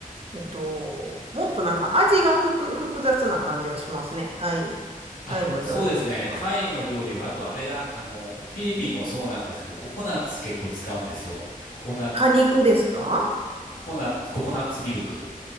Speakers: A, on the right; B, on the left.
A: えっと、もっとなんか味が複、複雑な感じがしますね。タイ、
B: あ、
A: タイの料理とか
B: そうですね。タイの料理は、あとあれが、あの、フィリピンもそうなんですけど、ココナッツ結構使うんですよ。ココナッツ、
A: 果肉ですか
B: ココナッツ、ココナッツミルク。